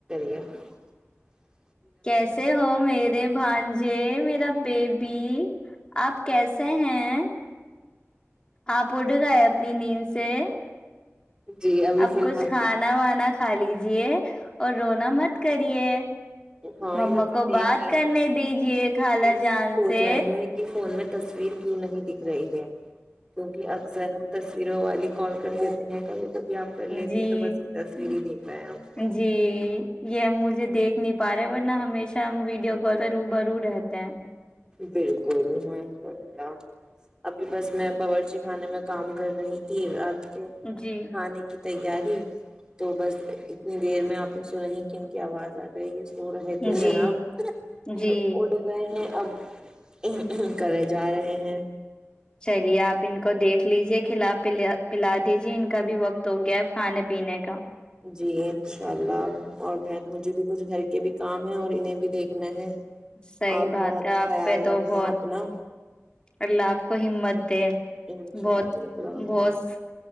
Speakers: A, on the right; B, on the left.
A: <inaudible>
B: کیسے ہو میرے بھانجے میرا بیبی آپ کیسے ہیں آپ اٹھ گئے اپنی نیند سے
A: جی ابھی
B: اب
A: فی الحال
B: کچھ کھانا وانا ک کھا لیجیے اور رونا مت کریے
A: ہاں
B: ما
A: یہ بچے
B: کو
A: دیکھ
B: بات
A: رہے
B: کرنے
A: ہیں
B: دیجیے خال
A: یہ
B: جان
A: سوچ
B: سے
A: رہے ہیں کہ فون میں تصویر کیوں نہیں دکھ رہی ہے کیونکہ اکثر ہم ت یرو والی کال کر دیتے ہیں کبھی کب آپ کر لیتی
B: جی
A: ہیں تو بس یہ تصویر ہی دیکھ رہا ہیں آپ کو
B: جی یہ مجھے دیکھ نہیں پا رہے ورنہ ہمیشہ ہم ویڈیو کال پہ رو برو رہتے ہیں
A: بالکل محمب اللہ ابھی بس میں باورچی خانے میں کام کر رہی تھی رات کھانے
B: جی
A: کی تیاری تو بس اتنی دیر میں آپ نے سنا ہی کہ ان کی آواز آ جائے گی اس سو رہے تھے
B: جی
A: جناب
B: جی
A: یہ اڈ گئے ہیں اب ا کرے جا رہے ہیں
B: چلیے آپ ان کو دیکھ لیجے کہ خلاف پلا دیجے ان کا بھی وقت تو گیا کھانے پینے کا
A: جی انشاء اللہ اور بہن مجھے بھی کچھ گھر کے بھی کام ہے اور انہیں بھی دیکھنا ہے
B: صحیح
A: آپ
B: بات
A: بہت
B: ہے آپ
A: خیال
B: پہ تو
A: رکھنا
B: بہت
A: اپنا
B: اللہ آپ کو ہمت دے
A: انشاء
B: بہت
A: اللہ اللامیکم
B: بہت